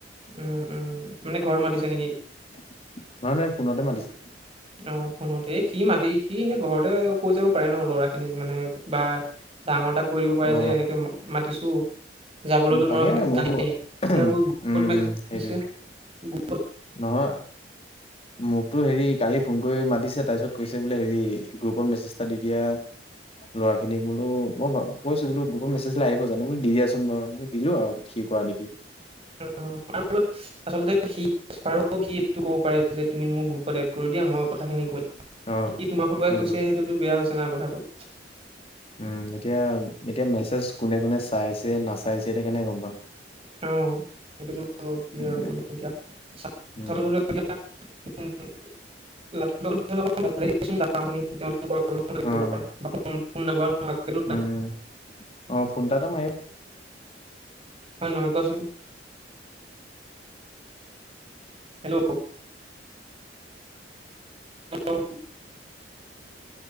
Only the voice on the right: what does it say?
উম উম মানে ঘৰত মাতিছো নেকি
অ ফোনতে এ সি মাতি সি এনে ঘৰতে কৈ যাব পাৰে ন লৰা এ মানে বা ডাঙৰ এটা কৈ দিব পাৰে
যে এনেকে মাতিছো যাবলৈতো
নোৱাৰো
খিনি
উ আচলতে সি অ কি এইটো ক'ব পাৰে যে তুমি মোক গ্ৰুপত এদ কৰি দিয়া মই কথা খিনি কৈ
সি তোমাৰ সুটুৱাই
কৈছে সেইটোতো বেয়া হৈছে নাই কথাটো
অ সেইটোতো কি
আৰু। <unintelligible>
<inaudible> ফু নাম্বাৰ <unintelligible>
হয় নহয় কোৱাচোন। Hello. Hello.